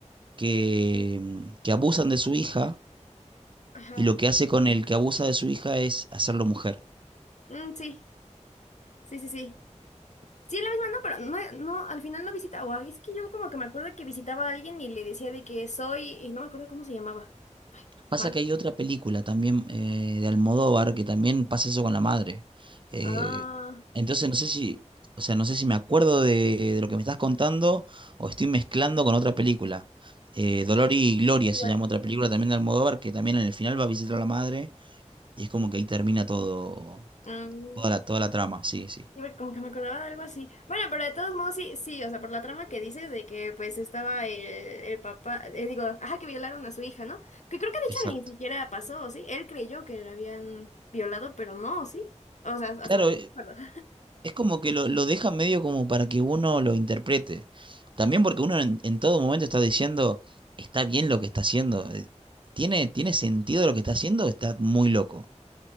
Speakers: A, on the right (about 40°); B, on the left (about 70°).
A: que, que abusan de su hija
B: ajá.
A: y lo que hace con el que abusa de su hija es hacerlo mujer.
B: Mm, sí, sí, sí, sí. Sí, es la misma, no, pero no, no, al final no visitaba. Es que yo como que me acuerdo que visitaba a alguien y le decía de que soy, y no me acuerdo cómo se llamaba.
A: Pasa
B: ¿Marco?
A: que hay otra película también eh, de Almodóvar que también pasa eso con la madre. Eh,
B: Ah,
A: entonces no sé si, o sea, no sé si me acuerdo de, de lo que me estás contando o estoy mezclando con otra película. Eh, Dolor y Gloria
B: igual.
A: se llama otra película también de Almodóvar que también en el final va a visitar a la madre y es como que ahí termina todo,
B: Mm,
A: toda la, toda la trama, sí, sí,
B: sí, porque como que me acordaba de algo así. Bueno, pero de todos modos, sí, sí, o sea, por la trama que dices de que pues estaba el, el papá, eh, digo, ajá, que violaron a su hija, ¿no? Que creo que de hecho
A: exacto.
B: ni siquiera pasó, ¿sí? Él creyó que la habían violado, pero no, ¿sí? O sea, hasta
A: Claro,
B: donde
A: eh,
B: me acuerdo.
A: Es como que lo, lo deja medio como para que uno lo interprete. También porque uno en, en todo momento está diciendo, está bien lo que está haciendo. eh, ¿Tiene, tiene sentido lo que está haciendo? Está muy loco.